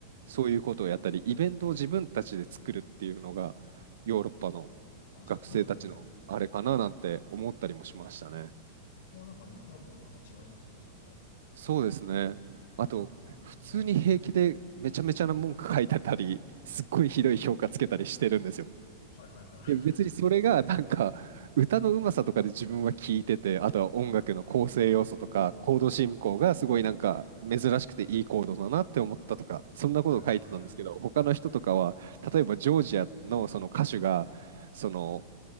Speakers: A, on the right; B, on the left.
A: そういうことをやったり、イベントを自分たちで作るっていうのが、ヨーロッパの
B: あ、そうなんですか。
A: 学生たちのあれかななんて思ったりもしましたね。
B: あーあそこはなんか日本とまた違いますね、それは。
A: そうですね。
B: うーん。
A: あと、普通に平気でめちゃめちゃな文句書いてたり、
B: は
A: すっごいひどい評価つけたりしてるんですよ。
B: い。はいはいはいはい。
A: で、別にそれがなんか、歌のうまさとかで自分は聞いてて、あとは音楽の構成要素とか、
B: うー
A: コード進行がすごいなんか珍しくていいコードだなって思ったとか、
B: ん。は
A: そんなことを書いてたんですけど、
B: いはいはいはい。
A: 他の人とかは、例えばジョージアのその歌手が、その